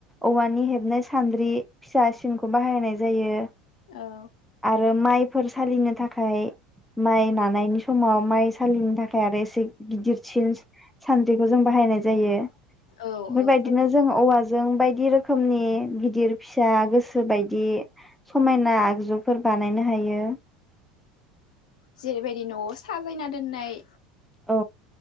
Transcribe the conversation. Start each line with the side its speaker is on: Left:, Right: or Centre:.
Centre: औवानि हेबनाय सान्द्रि फिसा सिनखौ बाहायनाय जायो।
Left: औ
Centre: आरो माइ सालिनो थाखाय माइ नानायनि समाव माइ सालिनो थाखाय आरो एसे गिदिरसिन सान्द्रिखौ जों बाहायनाय जायो।
Left: औ
Centre: बेफोर
Left: औ
Centre: बायदिनो जों औवाजों बायदि। बायदि रोखोमनि गिदिर फिसा गोसो बायदि समायना आगजुफोर बानायनो हायो।
Left: जेरै बायदि नआव सा खैना दोननाय
Centre: औ।